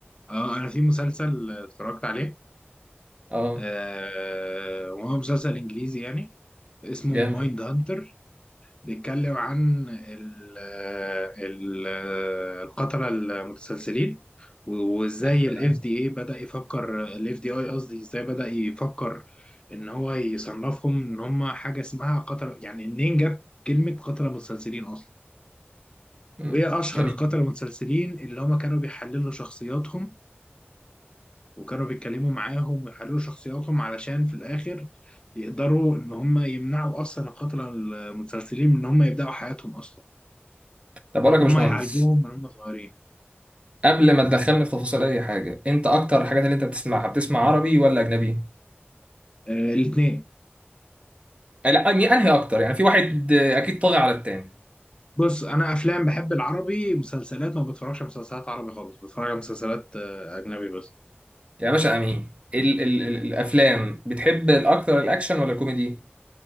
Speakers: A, on the left (about 25°); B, on the right (about 30°).
A: اه انا في مسلسل اتفرجت عليه
B: اه
A: آه وهو مسلسل انجليزي يعني اسمه
B: جامد
A: مايند هانتر بيتكلم عن ال ال القتلة المتسلسلين وازاي
B: يا سلام
A: الاف دي اي بدأ يفكر الاف دي اي قصدي ازاي بدأ يفكر ان هو يصنفهم ان هم حاجة اسمها قتلة يعني منين جت كلمة قتلة متسلسلين اصلا
B: مم.
A: وايه اشهر
B: جميل
A: القتلة المتسلسلين اللي هم كانوا بيحللوا شخصياتهم وكانوا بيتكلموا معاهم ويحللوا شخصياتهم علشان في الاخر يقدروا ان هم يمنعوا اصلا القتلة المتسلسلين من ان هم يبدأوا حياتهم اصلا
B: طب اقول لك
A: ان
B: يا
A: هم
B: باشمهندس
A: يعالجوهم من هم صغيرين
B: قبل ما تدخلني في تفاصيل اي حاجه انت اكتر الحاجات اللي انت بتسمعها بتسمع عربي ولا اجنبي
A: آه الاثنين
B: أي- لا أني- انهي اكتر يعني في واحد آه، اكيد طاغي على التاني
A: بص انا افلام بحب العربي مسلسلات ما بتفرجش على مسلسلات عربي خالص بتفرج على مسلسلات آه، اجنبي بس
B: يا باشا امين ال ال ال الافلام بتحب الاكتر الاكشن ولا الكوميدي